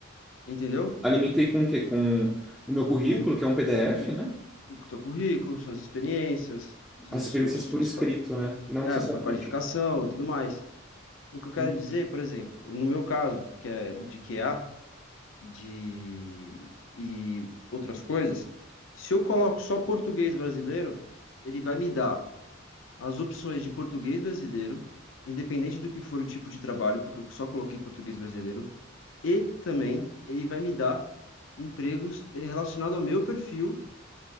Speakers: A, on the left; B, in the centre.
A: entendeu?
B: Alimentei com o quê? Com o meu currículo,
A: Com
B: que é um PDF,
A: com
B: né?
A: o teu currículo, suas experiências, seus,
B: As experiências
A: seus, suas,
B: por escrito,
A: qua-
B: né? Não
A: é,
B: necessariamente.
A: por qualificação e tudo mais. O que eu quero
B: Entendi.
A: dizer, por exemplo, no meu caso, que é de QA, de e outras coisas, se eu coloco só português brasileiro, ele vai me dar as opções de português brasileiro, independente do que for o tipo de trabalho, porque eu só coloquei português brasileiro, e também ele vai me dar empregos relacionados ao meu perfil